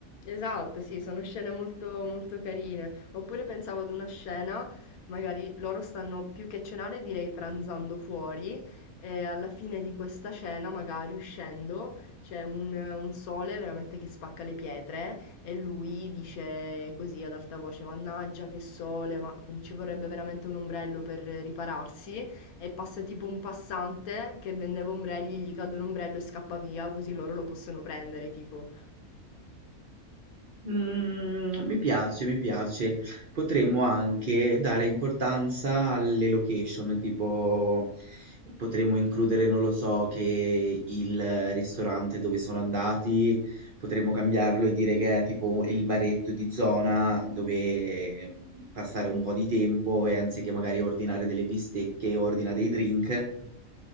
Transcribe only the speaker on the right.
Mm, mi piace, mi piace. Potremmo anche dare importanza alle location, tipo potremmo includere, non lo so, che il ristorante dove sono andati, potremmo cambiarlo e dire che è tipo il baretto di zona dove mm, passare un po' di tempo e anziché magari ordinare delle bistecche, ordina dei drink.